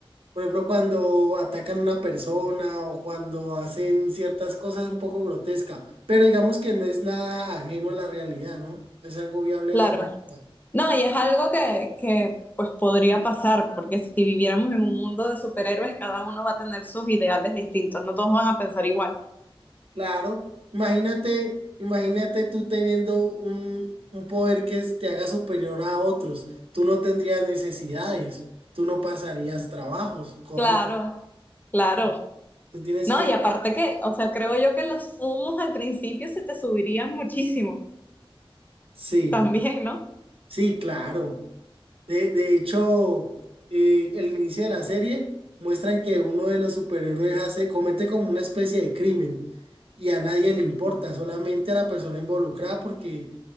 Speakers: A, on the right (about 70°); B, on the left (about 20°).
A: Por ejemplo, cuando atacan a una persona o cuando hacen ciertas cosas un poco grotesca, pero digamos que no es nada ajeno a la realidad, ¿no? Es algo viable
B: Claro.
A: a la realidad.
B: No, y es algo que, que pues podría pasar, porque si viviéramos en un mundo de superhéroes, cada uno va a tener sus ideales distintos, no todos van a pensar igual.
A: Claro, imagínate, imagínate tú teniendo un, un poder que es- te haga superior a otros. Tú no tendrías necesidades, tú no pasarías trabajos, correcto.
B: Claro, claro.
A: Tú tienes
B: No,
A: que,
B: y aparte que, o sea, creo yo que los humos al principio se te subirían muchísimo
A: sí,
B: también, ¿no?
A: sí, claro. De, de hecho, eh, el inicio de la serie muestran que uno de los superhéroes hace, comete como una especie de crimen y a nadie le importa, solamente a la persona involucrada porque